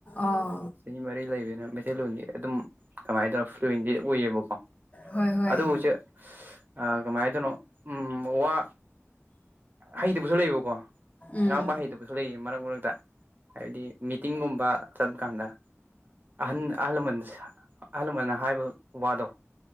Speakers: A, on the left; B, on the right.
A: ꯑꯥ
B: ꯆꯍꯤ ꯃꯔꯤ ꯂꯩꯕꯅ ꯃꯩꯇꯩꯂꯣꯟꯗꯤ ꯑꯗꯨꯝ ꯀꯃꯥꯏꯅ ꯇꯧꯔ ꯐꯟꯗꯤ ꯑꯣꯏꯌꯦꯕꯀꯣ
A: ꯍꯣꯏ ꯍꯣꯏ
B: ꯑꯗ ꯄꯁꯦ ꯑ ꯀꯃꯥꯏꯅ ꯇꯅꯣ ꯎꯝ ꯋꯥ ꯍꯩꯇꯕꯁꯨ ꯂꯩꯕꯀꯣ ꯉ
A: ꯎꯝ
B: ꯉꯥꯡꯕ ꯍꯩꯗꯨ ꯀꯩꯁꯨ ꯂꯩꯌꯦ ꯃꯔꯛ ꯃꯔꯛꯇ ꯍꯥꯏꯕꯗꯤ ꯃꯤꯇꯤꯡꯒꯨꯝꯕ ꯆꯠꯄ ꯀꯥꯟꯗ ꯑꯍꯟ ꯑꯍꯜ ꯂꯃꯟ ꯑꯍꯜ ꯂꯃꯟꯅ ꯍꯥꯏꯕ ꯋꯥꯗꯣ